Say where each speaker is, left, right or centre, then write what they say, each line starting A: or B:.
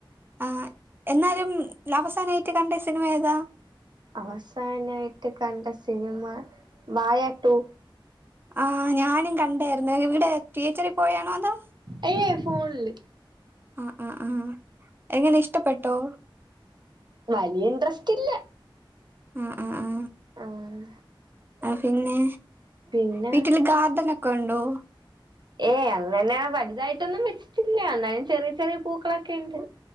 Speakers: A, on the right; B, on the right.
A: ആഹ് എന്നാലും അവസാനായിട്ട് കണ്ട സിനിമ ഏതാ?
B: അവസാനായിട്ട് കണ്ട സിനിമ വായ റ്റു.
A: ആഹ് ഞാനും കണ്ടാരുന്നു ഇവിടെ ട്ടീയേറ്ററിൽ പോയാണോ ന്തോ.
B: അയ്യേ ഫോണില്
A: ആ ആ ആ എങ്ങനെ ഇഷ്ടപ്പെട്ടോ?
B: വലിയ ഇൻട്രസ്റ്റ് ഇല്ല.
A: ആ ആ ആ
B: ആഹ്
A: ആ പിന്നെ
B: പിന്നെ
A: വീട്ടില് ഗാർഡനൊ കണ്ടോ?
B: ഏയ് അങ്ങനെ വലുതായിട്ടൊന്നും വെച്ചിട്ടില്ല എന്നാലും ചെറിയ ചെറിയ പൂക്കളൊക്കെണ്ട്.